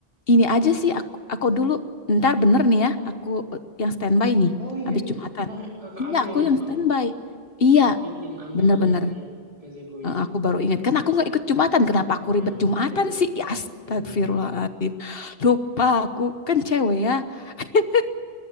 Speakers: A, on the left; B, on the right.
A: Ini aja sih aku aku dulu ntar bener nih ya, aku eh, yang standby nih
B: Oh iya,
A: habis Jumatan.
B: ntar kakak
A: Iya,
B: aja
A: aku
B: yang
A: yang standby.
B: eh,
A: Iya,
B: bikin ambil
A: bener-bener.
B: itunya, gazebo-nya.
A: Eh, Aku baru ingat kan
B: Sip.
A: aku nggak ikut Jumatan. Kenapa
B: Iya
A: aku ribet
B: bener,
A: Jumatan sih? Ya, Astagfirullahaladzim.
B: bener bener.
A: Lupa aku kan cewek ya. <laughs>